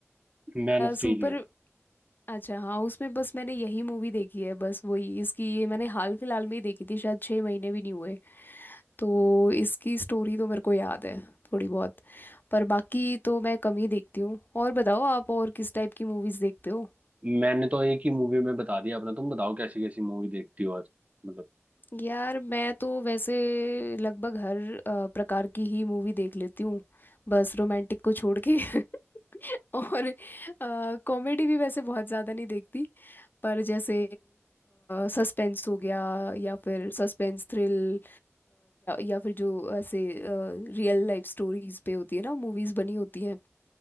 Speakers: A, on the right; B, on the left.
A: मैन ऑफ स्टील
B: सुपर
A: है।
B: अच्छा हाँ उसमें बस मैंने यही मूवी देखी है बस वही इसकी ये मैंने हाल फिलहाल में ही देखी थी शायद छः महीने भी नहीं हुए तो इसकी स्टोरी तो मेरे को याद है थोड़ी बहुत पर बाकी तो मैं कम ही देखती हूँ और बताओ आप और किस टाइप की मूवीज़ देखते हो
A: मैंने तो एक ही मूवी में बता दिया अपना तुम बताओ कैसी कैसी मूवी देखती हो आज मतलब
B: यार मैं तो वैसे लगभग हर अ, प्रकार की ही मूवी देख लेती हूँ बस रोमांटिक को छोड़ के <laughs> <laughs> और कॉमेडी भी वैसे बहुत ज़्यादा नहीं देखती पर जैसे सस्पेंस हो गया या फिर सस्पेंस थ्रिल या फिर जो ऐसे रियल लाइफ स्टोरीज पे होती है ना मूवीज़ बनी होती हैं